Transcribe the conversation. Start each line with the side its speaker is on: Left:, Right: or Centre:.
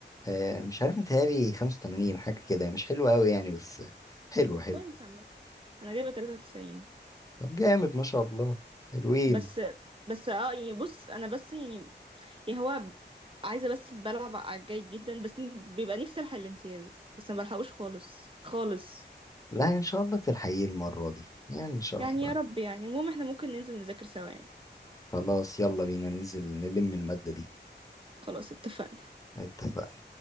Left: آه مش عارف متهيألي 85 حاجه كده مش حلو قوي يعني بس حلو
Right: طب
Left: حلو
Right: كويس عامه انا جايبه 93
Left: طب جامد ما شاء الله حلوين
Right: بس بس اه يعني بص انا بس يعني يعني هو عايزه بس بلعب على الجيد جدا بس بيبقى نفسي الحق الامتياز بس ما بلحقوش خالص خالص
Left: لا ان شاء الله تلحقيه المرة دي يعني ان شاء
Right: يعني
Left: الله
Right: يا رب يعني المهم احنا ممكن ننزل نذاكر سوا يعني
Left: خلاص يلا بينا ننزل نلم المادة دي
Right: خلاص اتفقنا
Left: اتفقنا